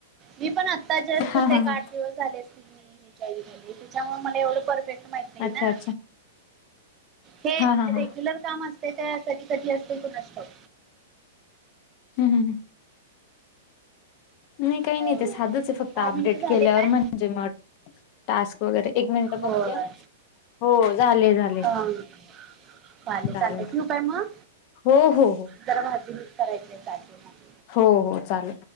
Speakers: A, on the right; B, on the left.
A: मी पण आता जस्टच
B: हा हा
A: एक
B: हा
A: आठ दिवस झाले असतील मी <unintelligible> झालो त्याच्यामुळ मला एवढं पर फेक्ट माहीत नाही
B: अच्छा
A: ना
B: अच्छा
A: हे
B: हा हा हा
A: रेग्युलर काम अस ते त्या कधी कधी असतोय कुणास ठाऊक?
B: हू, हू, हू. नाही काही
A: हो
B: नाही ते साधच आहे फक्त
A: दहा
B: आपडेट
A: मिनिटं झाले
B: केल्यावर
A: काय
B: म्हणजे म टास्क वगैरे एक मिनट
A: होय
B: बघते हो झाले झाले.
A: अं, चालेल
B: चालल
A: चालतंय ठेवू काय मग
B: हो, हो, हो.
A: जरा भाजी नीट करायची हाय काय ते मग?
B: हो हो चाल